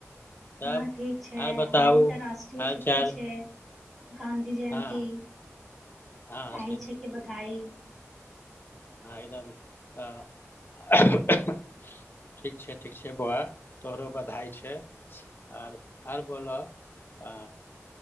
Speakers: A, on the left (about 45°); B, in the centre.
A: तब
B: हँ ठीक छय
A: आर बताउ
B: आइ तऽ रष्ट्रीय
A: हाल
B: छुट्टी
A: चाल
B: छै गाँधी जयन्ती
A: हँ हँ
B: आही छै कि बधाई
A: ह एकदम आ ठीक छै ठीक छै बौआ तोहरो बधाई छै आर आर बोल आ